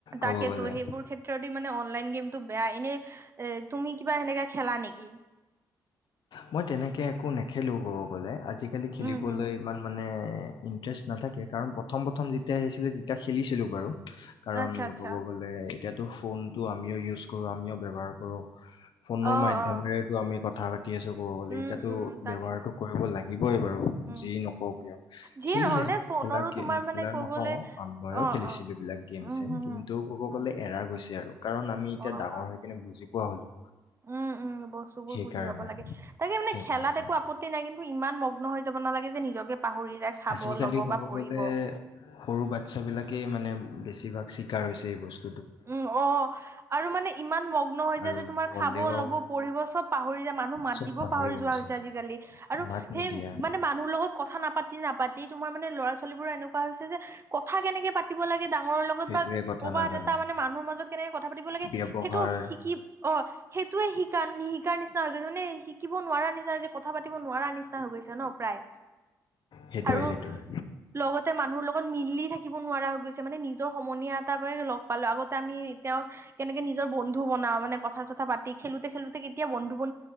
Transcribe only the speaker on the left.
ক'ব গ'লে
মই তেনেকে একো নেখেলো ক'ব গ'লে আজি আজিকালি খেলিবলৈ
ইমান মানে ইণ্টাৰেষ্ট নাথাকে কাৰণ প্ৰথম প্ৰথম যেতিয়া আহিছিলে তেতিয়া খেলিছিলো বাৰু কাৰণ
ক'ব গ'লে এটো ফোনটো আমিও ইউজ কৰো আমিও ব্যৱহাৰ কৰো ফোনৰ
মাধ্যমেৰেতো
আমি কথা কথা পাতি <unintelligible> শিকি আছো ক'ব গ'লে
ইয়াতো
ব্যৱহাৰটো কৰিব লাগিবই বাৰু
যি নকওঁ কিয়
খেলিছিলো
খেলা ক
খেলা
নকওঁ ময়ো
খেলিছিলো
এইবিলাক গেম
চেম
কিন্তু
ক'ব
গ'লে এৰা গৈছে আৰু কাৰণ আমি এতিয়া
ডাঙৰ
হৈ কিনে বুজি পোৱা হলো
সেইকাৰণে
সেইকাৰণে।
আজিকালি
ক'ব
গলে সৰু বাচ্ছা বিলাকেই মানে বে বেছিভাগ চিকাৰ হৈছে এই বস্তু।
আৰু
ক'লেও
চব
গৈছে
মাত
নিদিয়া
সেইটোৱে
কথা
নাজানে
ব্যৱহাৰ
সেইটোৱে
সেইটোৱে